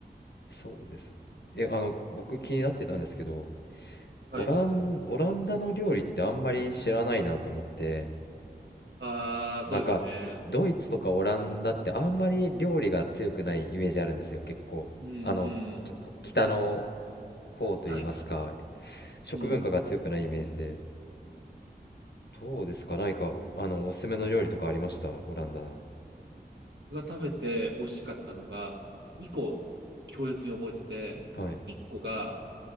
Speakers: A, on the left; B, on the right.
A: そうですね。え、あの、僕気になってたんですけど、
B: はい。
A: オラン、オランダの料理ってあんまり知らないなと思って、
B: ああ、そうですよね。
A: なんか、ドイツとかオランダってあんまり料理が強くないイメージあるんですよ、結構。
B: うん、うん。
A: あの、き北の方といいますか、
B: はい。
A: 食文化が強くないイメージで。
B: うん。
A: どうですか何かお、あの、おすすめの料理とかありましたオランダの。
B: 僕が食べて美味しかったのが、2個強烈に覚えてて、
A: はい。
B: 1個が、